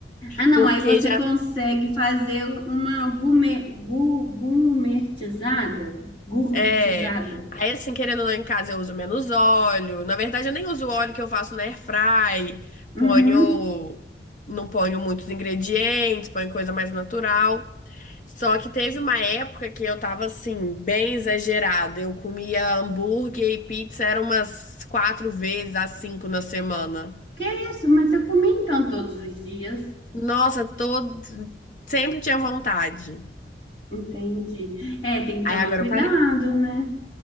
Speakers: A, on the left; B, on the left.
A: Ah, não,
B: porque
A: aí você
B: já
A: consegue fazer uma gourmet, gu- gourmetizada. Gourmetizada.
B: É. Aí, assim, querendo ou não, em casa eu uso menos óleo. Na verdade, eu nem uso o óleo que eu faço na airfry.
A: Uhum.
B: Ponho. Não ponho muitos ingredientes, ponho coisa mais natural. Só que teve uma época que eu tava, assim, bem exagerada. Eu comia hambúrguer e pizza, era umas quatro vezes a cinco na semana.
A: Que isso, mas eu comi então todos os dias.
B: Nossa, todo... sempre tinha vontade.
A: Entendi. É, tem que
B: Aí
A: tomar
B: agora
A: cuidado,
B: eu parei.
A: né?